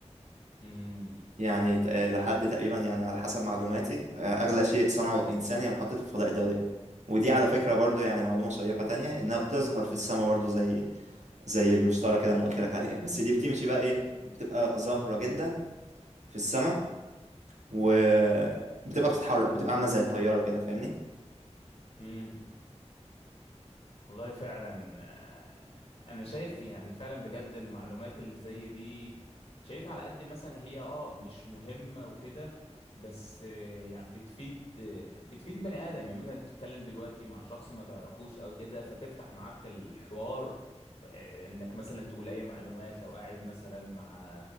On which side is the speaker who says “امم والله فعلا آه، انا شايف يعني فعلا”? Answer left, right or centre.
Left